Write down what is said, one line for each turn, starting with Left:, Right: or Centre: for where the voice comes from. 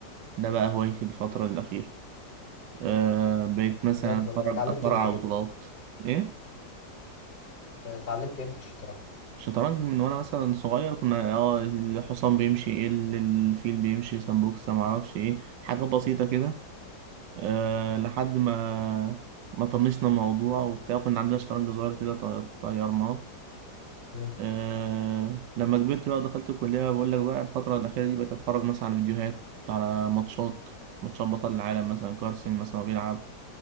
Right: ده بقى هوايتي الفترة الأخيرة أه بقيت مثلا
Left: بجد
Right: أتفرج
Left: والله طب اتعلمت
Right: أتفرج
Left: امتى
Right: على
Left: كده
Right: بطولات إيه؟
Left: اتعلمت امتى الشطرنج
Right: شطرنج من وأنا مثلا صغير كنا اه الحصان بيمشي ايه ال- الفيل بيمشي سمبوكسة معرفش ايه حاجة بسيطة كده أه لحد ما ما طنشنا الموضوع وبتاع كنا عندنا شطرنج صغير كده ط- طيرناه
Left: مم.
Right: أه لما كبرت بقى ودخلت الكلية بقول لك بقى الفترة الأخيرة دي بقيت أتفرج مثلا على فيديوهات على ماتشات ماتشات بطل العالم مثلا كارسن مثلا وهو بيلعب